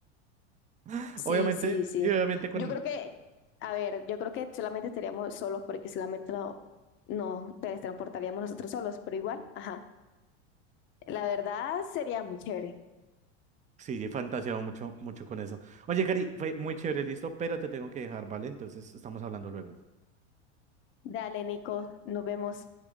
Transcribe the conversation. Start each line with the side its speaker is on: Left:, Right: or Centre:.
Right: <laughs>
Left: Sí,
Right: Obviamente,
Left: sí, sí.
Right: y obviamente con,
Left: Yo creo que, a ver, yo creo que solamente estaríamos solos porque solamente no nos teletransportaríamos nosotros solos, pero igual, ajá. La verdad sería muy chévere.
Right: sí, he fantaseado mucho, mucho con eso. Oye, Cari, fue muy chévere, listo, pero te tengo que dejar, ¿vale? Entonces, estamos hablando luego.
Left: Dale, Nico, nos vemos.